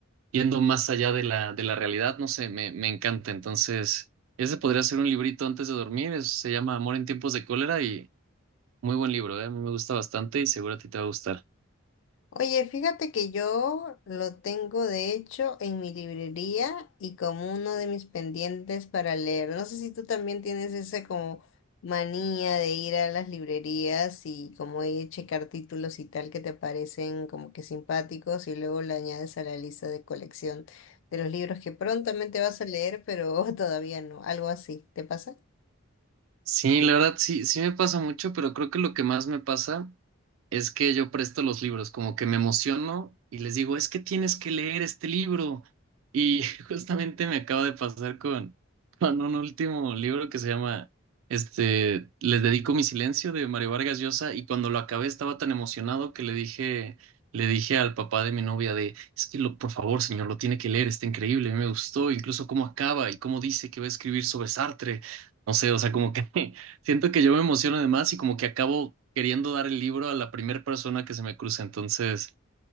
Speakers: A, on the right; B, on the left.
A: yendo más allá de la, de la realidad, no sé, me, me encanta. Entonces, ese podría ser un librito antes de dormir, es- se llama Amor en tiempos de cólera y muy buen libro, ¿eh? A mí me gusta bastante y seguro a ti te va a gustar.
B: Oye, fíjate que yo lo tengo de hecho en mi librería y como uno de mis pendientes para leer. No sé si tú también tienes esa como manía de ir a las librerías y como ahí checar títulos y tal que te parecen como que simpáticos y luego le añades a la lista de colección de los libros que prontamente vas a leer, pero <laughs> todavía no, algo así. ¿Te pasa?
A: Sí, la verdad, sí, sí me pasa mucho, pero creo que lo que más me pasa Es que yo presto los libros, como que me emociono y les digo, es que tienes que leer este libro. Y <laughs> justamente me acaba de pasar con, con un último libro que se llama, este, Les dedico mi silencio de Mario Vargas Llosa y cuando lo acabé estaba tan emocionado que le dije, le dije al papá de mi novia de, es que lo, por favor, señor, lo tiene que leer, está increíble, a mí me gustó, incluso cómo acaba y cómo dice que va a escribir sobre Sartre. No sé, o sea, como que <laughs> Siento que yo me emociono de más y como que acabo queriendo dar el libro a la primera persona que se me cruce. Entonces,